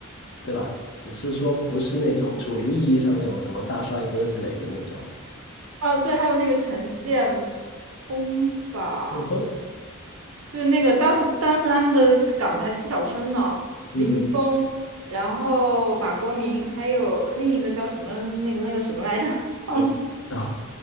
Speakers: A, on the left; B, on the right.
A: 对吧？只是说不是那种主流意义上那种什么大帅哥之类的那种
B: <laughs> 嗯，哦，对，还有那个陈建锋吧，
A: 旋风，
B: 就是那个当时当时他们的港台四小生呢，林峰，
A: 嗯，
B: 然后马国明，还有另一个叫什么那个那个什么来着，<laughs> 嗯，
A: 我啊，